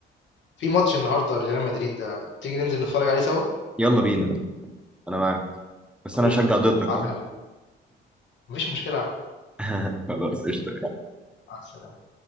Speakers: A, on the left (about 70°); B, in the centre.
A: في ماتش النهاردة ريال مدريد ده تيجي ننزل نتفرج عليه سوا
B: يلا بينا انا معاك بس
A: طب
B: انا
A: قشطة
B: هشجع ضدك
A: عدى
B: ها
A: عليا مفيش مشكلة
B: <laughs> خلاص قشطة
A: على السلامة